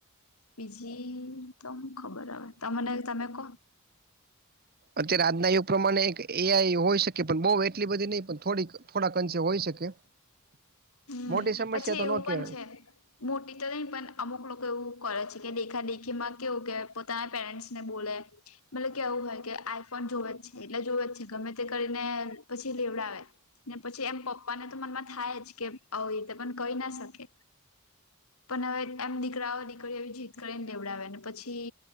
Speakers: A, on the left (about 70°); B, on the right (about 45°).
A: બીજી તો ખબર હ તને તમે ક
B: અત્યારે આજના યુગ પ્રમાણે એઆઈ હોય શકે પણ બહ એટલી બધી નહી પણ થોડીક થોડાક અંશે હોય શકે
A: હમ
B: મોટી સમસ્યા
A: પછી
B: તો
A: એવું
B: ન
A: પણ
B: કે
A: છે મોટી તો નહી પણ અમુક લોકો એવું કરે છે કે દેખા દેખી માં કેવું કે પોતાના પેરેન્ટ્સને બોલે મતલબ કેવું હોય કે આઈફોન જોુવે જ છે એટલે જોુવે જ છે ગમે તે કરીને પછી લેવડાવે ને પછી એમ પપ્પાને તો મનમાં થાય જ કે હ એ તો પણ કહી ના શકે પણ હવે એમ દીક દીકરા દીકરી એવી જીત કરીને દેવડાવે ને પછી